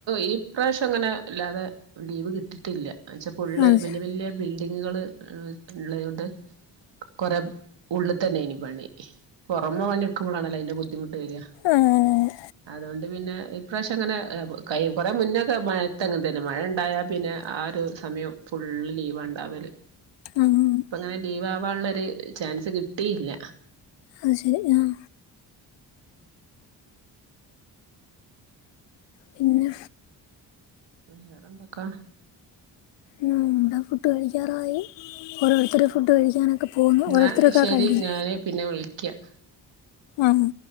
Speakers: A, on the right (about 60°); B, on the left (about 65°).
A: ഈ പ്രാവശ്യം അങ്ങനെ വല്ലാതെ ലീവ് കിട്ടിട്ടില്ല ച്ച ഫുള്ള്
B: അത്
A: വല്യ
B: ശരി
A: വല്യ ങ്ങുകള് ള്ളവടെ കുറെ ഉള്ള്ത്തന്നേനി പണി പൊറമെ പണിയെടുക്കുമ്പോളാണല്ലോ അതിന്റെ ബുദ്ധിമുട്ട് വരുക
B: ആഹ്
A: അത് കൊണ്ട് അത് പിന്നെ ഈ പ്രാവശ്യം അങ്ങനെ കൊറേ മുന്നേ മഴയത്ത് തന്നെ തരും മഴ ഉണ്ടായാപ്പിന്നെ ആ ഒരു സമയം ഫുള്ള് ലീവാ ഉണ്ടാവല്
B: ആഹ്
A: ഇപ്പൊ അങ്ങനെ ലീവാ കാനുള്ളൊരു ചാൻസ് കിട്ടിയില്ല
B: അത് ശരി ആഹ് പിന്നെ
A: വേറെ എന്തൊക്കെ
B: ആഹ് ഇവിടെ ഫുഡ്‌ കഴിക്കാറായി ഓരോരുത്തര് ഫുഡ് കഴിക്കാനൊക്കെ പോവുന്നു
A: എന്നാ
B: ഓരോരുത്തരൊക്കെ
A: ശരി
B: കഴിഞ്ഞു
A: ഞാന് പിന്നെ വിളിക്കാം
B: ആഹ്